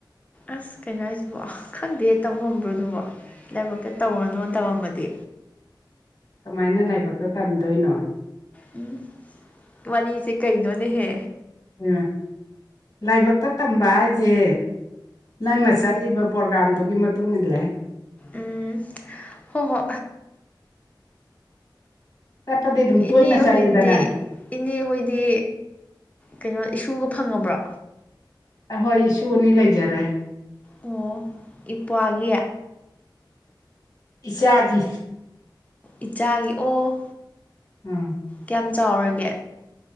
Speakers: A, on the left; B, on the left.
A: ꯑꯁ ꯀꯩꯅꯣ ꯍꯥꯏꯁꯤꯕꯣ ꯈꯪꯗꯦ ꯇꯧꯉꯝꯕ꯭ꯔꯣ ꯑꯗꯨꯕꯨ ꯂꯥꯏꯕꯛꯇ ꯇꯧꯔꯅꯣꯅ ꯇꯝꯃꯝꯃꯗꯤ꯫
B: ꯀꯃꯥꯏꯅ ꯂꯥꯏꯕꯛꯇ ꯇꯝꯗꯣꯏꯅꯣ꯫
A: ꯎꯝ ꯋꯥꯔꯤꯁꯦ ꯀꯩꯅꯣꯅꯦꯍꯦ꯫
B: ꯍꯩꯃꯥ ꯂꯥꯏꯕꯛꯇ ꯇꯝꯕ ꯍꯥꯏꯁꯦ꯫ ꯅꯪꯅ ꯆꯠꯂꯤꯕ ꯄ꯭ꯔꯣꯒꯥꯝꯗꯨꯒꯤ ꯃꯇꯨꯡ ꯏꯟꯂꯦ꯫
A: ꯎꯝ ꯍꯣ ꯍꯣ
B: ꯆꯠꯄꯗꯤ ꯑꯗꯨꯝ ꯇꯣꯏꯅ
A: ꯏꯅꯦꯍꯣꯏꯗꯤ
B: ꯆꯠꯂꯤꯗꯅ
A: ꯏꯅꯦꯍꯣꯏꯗꯤ ꯀꯩꯅꯣ ꯏꯁꯨꯒ ꯐꯪꯉꯕ꯭ꯔꯣ?
B: ꯑꯍꯣꯏ ꯏꯁꯨ ꯑꯅꯤ ꯂꯩꯖꯔꯦ꯫
A: ꯑꯣ ꯏꯄ꯭ꯋꯥꯒꯤ
B: ꯏꯆꯥꯒꯤ
A: ꯏꯆꯥꯒꯤ ꯑꯣ
B: ꯎꯝ
A: ꯀꯌꯥꯝ ꯆꯥꯎꯔꯒꯦ